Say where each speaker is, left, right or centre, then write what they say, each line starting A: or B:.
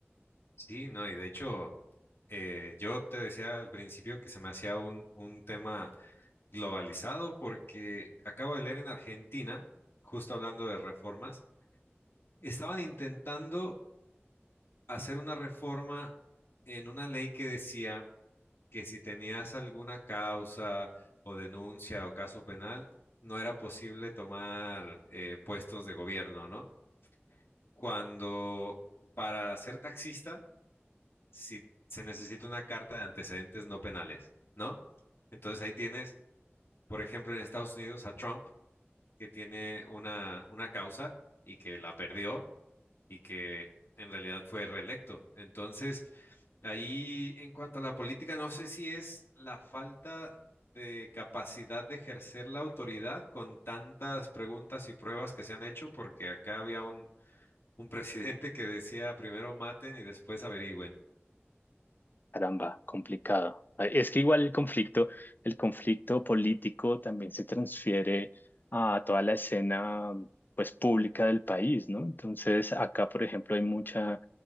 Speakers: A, on the left (about 60°); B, on the left (about 45°).
A: Sí, no, y de hecho, eh, yo te decía al principio que se me hacía un, un tema globalizado porque acabo de leer en Argentina, justo hablando de reformas, estaban intentando hacer una reforma en una ley que decía que si tenías alguna causa o denuncia o caso penal, no era posible tomar eh, puestos de gobierno, ¿no? Cuando para ser taxista, si se necesita una carta de antecedentes no penales, ¿no? Entonces ahí tienes, por ejemplo, en Estados Unidos a Trump, que tiene una, una causa y que la perdió y que en realidad fue reelecto. Entonces, ahí en cuanto a la política, no sé si es la falta de capacidad de ejercer la autoridad con tantas preguntas y pruebas que se han hecho, porque acá había un, un presidente que decía primero maten y después averigüen.
B: Caramba, complicado. Es que igual el conflicto, el conflicto político también se transfiere a toda la escena, pues, pública del país, ¿no? Entonces, acá, por ejemplo, hay mucha,